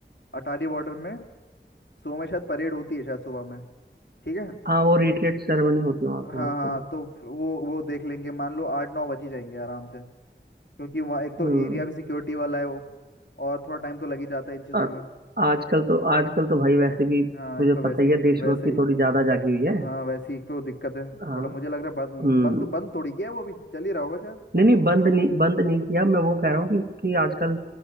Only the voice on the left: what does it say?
अटारी बॉर्डर में सुबह में शायद परेड होती है शायद सुबह में ठीक है
हाँ
हाँ
तो फ- वो वो देख लेंगे मान लो आठ नौ बज ही जाएंगे आराम से क्योंकि वहाँ एक तो
एरिया भी सिक्योरिटी वाला है वो और थोड़ा टाइम तो लग ही जाता है इन चीज़ों
में
हाँ एक तो वैसी
वैसे अ,
हाँ वैसी एक तो दिक्कत है
थोड़ा मुझे लग रहा है बंद
बंद तो बंद थोड़ी किया है वो भी चल ही रहा होगा शायद